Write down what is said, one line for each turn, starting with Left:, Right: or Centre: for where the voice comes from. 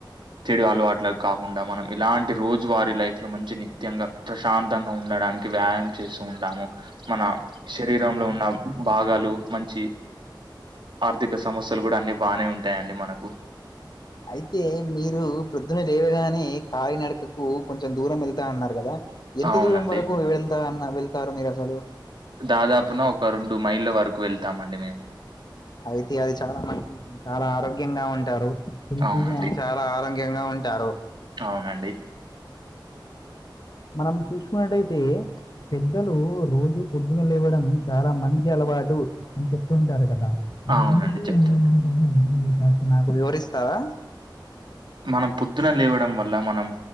Right: చెడు అలవాట్లకు కాకుండా మనం ఇలాంటి రోజువారి లైఫ్ లో మంచి నిత్యంగా ప్రశాంతంగా ఉండడానికి వ్యాయామం చేస్తూ ఉంటాము మన శరీరంలో ఉన్న భాగాలు మంచి ఆర్థిక సమస్యలు కూడా అన్ని బాగానే ఉంటాయండి మనకు
Left: అయితే మీరు ప్రొద్దున లేవగానే కాలినడకకు కొంచెం దూరం వెళ్తా అన్నారు కదా ఎంత
Right: అవునండి
Left: దూరం వరకు వెళ్తా అ వెళ్తారు మీరు అసలు
Right: దాదాపున ఒక రెండు మైళ్ళ వరకు వెళ్తామ అండి మేము
Left: అయితే అది చాలా మంచి విషయం చాలా ఆరోగ్యంగా ఉంటారు
Right: అవునండి
Left: చాలా చా ఆరోగ్యంగా ఉంటారు
Right: అవునండి
Left: మనం చూసుకున్నట్టయితే పెద్దలు రోజు పొద్దున లేవడం చాలా మంచి అలవాటు అని చెప్తుంటారు కదా అది
Right: అవునండి
Left: ఎందుకు
Right: చెప్తుంటా
Left: <inaudible> నాకు వివరిస్తవా
Right: మనం పొద్దున లేవడం వల్ల మనం